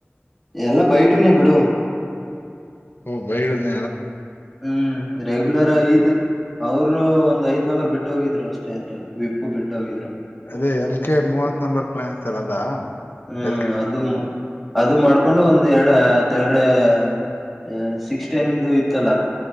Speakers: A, in the centre; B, on the left.
A: ಎಲ್ಲ ಬೈಡನೇ ಬಿಡು
B: ಹ ಬೈಡು ನೇ
A: ಹ್ಮ್ ರೆಗ್ಯುಲರ ಈದು. ಅವರು ಒಂದ್ಐದ್ ನಂಬರ್ ಬಿಟ್ಟು ಹೋಗಿದ್ರು ಅಷ್ಟೇ ಅದ್ರಲ್ಲಿ ವಿಪ್ಪು ಬಿಟ್ಟು ಹೋಗಿದ್ರು.
B: ಅದೇ ಎಲ್ ಕೆ ಮೂವತ್ ನಂಬರ್ ಪ್ಲಯಾನ್ ಅಂತಲ್ಲ ಅದಾ.
A: ಹ್ಮ್
B: ಎಲ್ ಕೆ
A: ಅದು ಅದು ಮಾಡ್ಕೊಂಡು ಒಂದ್ ಎರಡ ತಳಗಡೆ... ಹು ಸಿಕ್ಸ್ ಟೆನ್ದ ಇತ್ತಲ್ಲಾ.